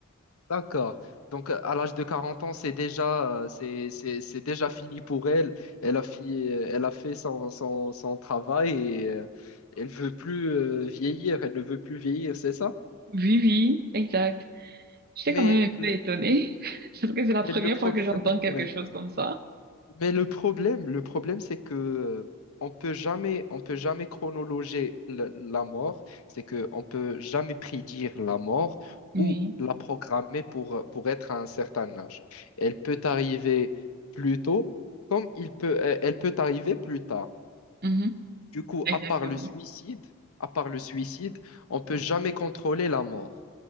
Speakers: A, on the left; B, on the right.
A: D'accord. Donc, à l'âge de 40 ans, c'est déjà, euh, c'est, c'est, c'est déjà fini pour elle. Elle a, fi- euh, elle a fait son, son, son travail et euh, elle veut plus euh, vieillir. Elle ne veut plus vieillir, c'est ça?
B: Oui, oui, exact. J'étais
A: Mais,
B: quand même un
A: le-
B: peu étonnée, <laughs> parce que c'est la
A: mais
B: première
A: le problème,
B: fois que j'entends quelque chose
A: <laughs>
B: comme ça.
A: Mais le problème, le problème, c'est que euh, on peut jamais, on peut jamais chronologer le- la mort. C'est que on peut jamais prédire la mort
B: Oui,
A: ou la programmer pour euh, pour être à un certain âge. Elle peut arriver plus tôt, comme il peut, euh, elle peut arriver plus tard.
B: mhm,
A: Du coup,
B: Exactement.
A: à part le suicide, à part le suicide, on peut jamais contrôler la mort.